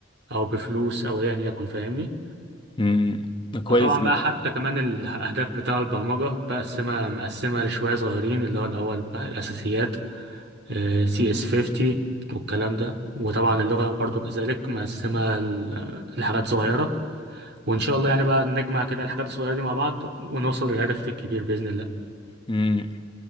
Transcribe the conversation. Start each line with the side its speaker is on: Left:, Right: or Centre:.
Right: أو بفلوس أو أيا يكن فاهمني
Left: امم كويس
Right: فطبعا
Left: جدا
Right: بقى حتى كمان الأهداف بتاع البرمجة بقسمها مقسمها لشوية صغيرين اللي هو الأول بقى الأساسيات سي اس 50 والكلام ده وطبعا اللغة برضو كذلك مقسمها ل- لحاجات صغيرة وإن شاء الله يعني بقى نجمع كده الحاجات الصغيرة دي مع بعض ونوصل للهدف الكبير بإذن الله.
Left: امم